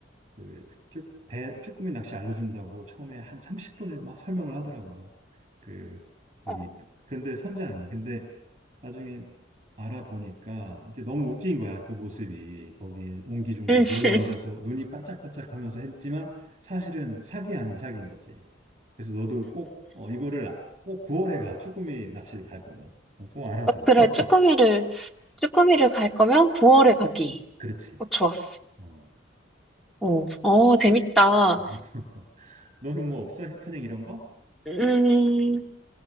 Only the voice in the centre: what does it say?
어,
응.
<laughs>
어, 그래,
쭈꾸미를, 쭈꾸미를 갈 거면 9월에 가기.
어, 좋았어.
어, 어, 재밌다.
음,